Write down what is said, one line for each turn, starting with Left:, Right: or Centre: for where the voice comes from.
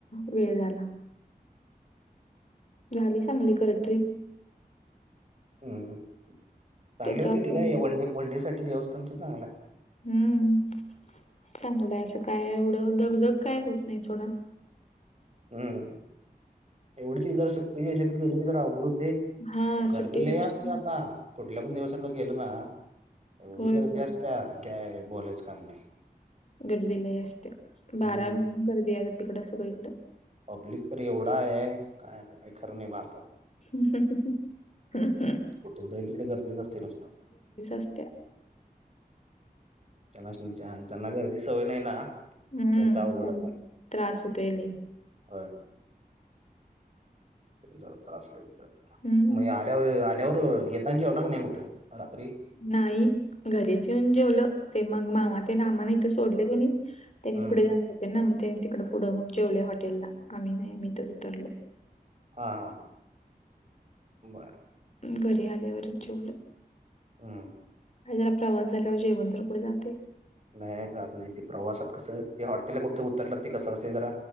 Left: वेळ झाला. झाली चांगली खरं ट्रिप
Right: हम्म चांगल
Left: त्याच्यावर
Right: होतयं ते
Left: पण
Right: काय
Left: मग
Right: वनडे वनडे साठी देवस्थानंच चांगलाय.
Left: हम्म. चांगलंय असं काय एवढं दगधग काय होत नाही सोडा.
Right: हम्म एवढंचं कि जरा सुट्टीच्या ह्यच्यात गेली की जरा अवघड हु तयं
Left: हां,
Right: गर्दी
Left: सुट्टी दिवशी
Right: लई असतिया आता कुठ कुठल्या पण दिवसांना गेलं ना एवढी
Left: होय,
Right: गर्दी
Left: होय.
Right: असत्या काय बोलायचं काम नाही.
Left: गर्दी लई असतिया
Right: हम्म
Left: बारा महिने गर्दी आहे तिकडं सगळीकड.
Right: पब्लिक तर एवढा आहे काय आता काही खरं नाही बात.
Left: हा हं हा हं.
Right: कुठं जाईल तिकडं गर्दीच असतयं नुसता.
Left: असते.
Right: त्यांनास्नी त्या ज्यांना गर्दीची सवय नाही ना
Left: हं,
Right: त्यांचा अवघडच
Left: त्यां
Right: आहे
Left: त्रास होतोय लई.
Right: होय ज त्रासले होते,
Left: हं,
Right: म आल्यावर आल्यावर. क येताना जेवला की, नाही कुठं रात्री <inaudible>
Left: नाही घरीच येऊन, जेवलं ते मग मामा ते अमाना इथे सोडले त्यांनी कानी, त्यांनी
Right: हं.
Left: पुढे जाणार होते ना मग, त्यानी तिकडं पुढं मग जेवले हॉटेलला आम्ही नाही आम्हीथं उतरलो.
Right: हा हा ह बर,
Left: घरी आल्यावर जेवल,
Right: हम् हम,
Left: जरा प्रवास झाल्यावर जेवण तर कुठे जाते.
Right: नाही जात नाही ते प्रवासात कसं, ते हॉटेल कुठं उतरलं ते कसं असते जरा